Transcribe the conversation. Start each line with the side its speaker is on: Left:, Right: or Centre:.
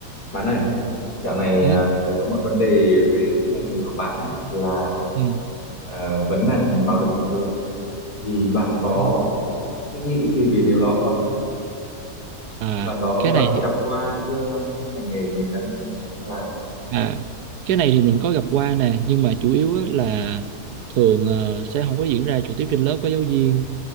Left: Bạn ơi, dạo này
Right: ừ,
Left: à, tớ có một vấn đề về đúng ngành nghề của bạn ấy là
Right: ừ,
Left: à, vấn nạn bạo lực học đường. Thì bạn có
Right: ừ.
Left: suy nghĩ gì về điều đó không?
Right: à
Left: Bạn có
Right: cái
Left: gặp
Right: này thì-
Left: gặp qua chưa trong cái ngành nghề của mình đang đang, đang làm?
Right: à cái này thì mình có gặp qua nè nhưng mà chủ yếu á là thường ờ, sẽ không có diễn ra trực tiếp trên lớp của giáo viên